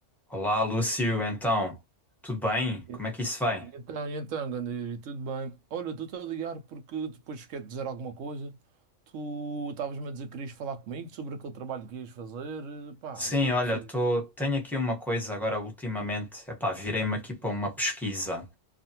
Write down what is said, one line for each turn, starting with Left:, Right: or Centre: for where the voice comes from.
Centre: Olá, Lúcio, então, tudo bem?
Right: E
Centre: Como é que isso vai?
Right: e então, e então, ganda Yuri, tudo bem? Olha, estou-te a ligar porque depois quero dizer alguma coisa. Tu estavas-me a dizer que querias falar comigo sobre aquele trabalho que ias fazer. eh, Pá,
Centre: Sim,
Right: o que é
Centre: olha,
Right: que precisas?
Centre: tô, tenho aqui uma coisa agora ultimamente, epá, virei-me aqui para uma pesquisa.